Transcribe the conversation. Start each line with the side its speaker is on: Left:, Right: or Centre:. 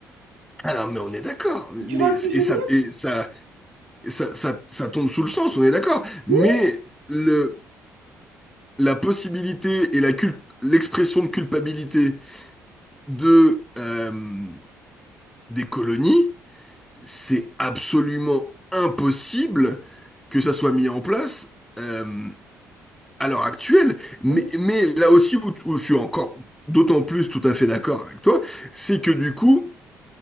Centre: Alors, mais on est d'accord. Mais
Right: Tu vois
Centre: et
Right: ce que je veux
Centre: ça,
Right: dire?
Centre: et ça, et ça, ça, ça tombe sous le sens, on est d'accord.
Right: Mais
Centre: Mais
Right: oui,
Centre: le, la possibilité et la culp- l'expression de culpabilité de, euh, des colonies, c'est absolument impossible que ça soit mis en place euh, à l'heure actuelle. Mais,
Right: euh,
Centre: mais là aussi où, où je suis encore d'autant plus tout à fait d'accord avec toi, c'est que du coup,